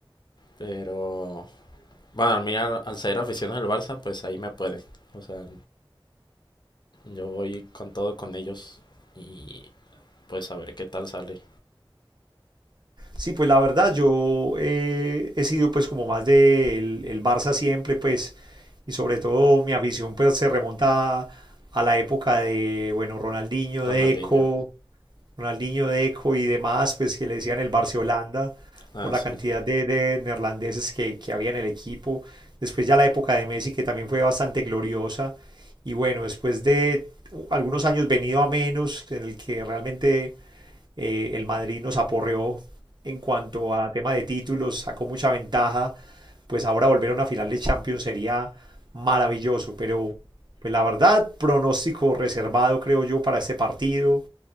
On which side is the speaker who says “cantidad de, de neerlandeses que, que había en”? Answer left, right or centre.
Right